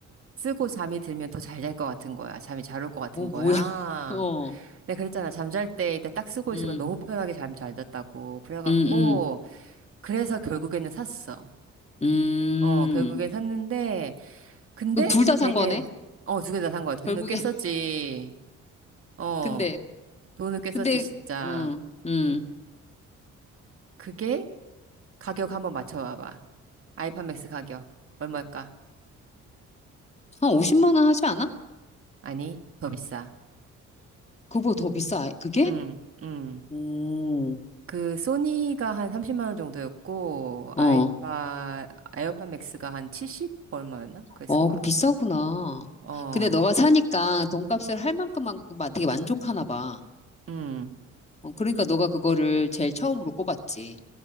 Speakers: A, on the right (about 45°); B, on the left (about 20°).
A: 쓰고 잠이 들면 더 잘 잘 것 같은 거야. 잠이 잘 올 것 같은
B: 뭐,
A: 거야.
B: 뭐야? <laughs> 어,
A: 내가 그랬잖아. 잠잘 때 일단 딱 쓰고
B: 음,
A: 있으면 너무 편하게 잠 잘 잤다고. 그래갖고,
B: 음, 음,
A: 그래서 결국에는 샀어.
B: 음.
A: 어, 결국엔 샀는데, 근데
B: 그럼 둘 다
A: 되게,
B: 산 거네?
A: 어, 두 개 다 산 거야. 돈을
B: 결국에.
A: 꽤
B: <laughs>
A: 썼지. 어,
B: 근데,
A: 돈을 꽤 썼지,
B: 근데,
A: 진짜.
B: 음, 음.
A: 그게 가격 한번 맞춰봐봐. 아이팟맥스 가격. 얼마일까?
B: 한 50만 원 하지 않아?
A: 아니, 더 비싸.
B: 그거보다 더 비싸, 그게?
A: 음, 음.
B: 음,
A: 그, 소니가 한 30만 원 정도였고,
B: 어,
A: 아이팟, 에어팟 맥스가 한 70 얼마였나? 그랬을
B: 어,
A: 거야.
B: 그거 비싸구나.
A: 어,
B: 근데 너가 사니까 돈값을 할 만큼만 되게 만족하나 봐.
A: 음.
B: 어, 그러니까 너가 그거를 제일 처음으로 꼽았지.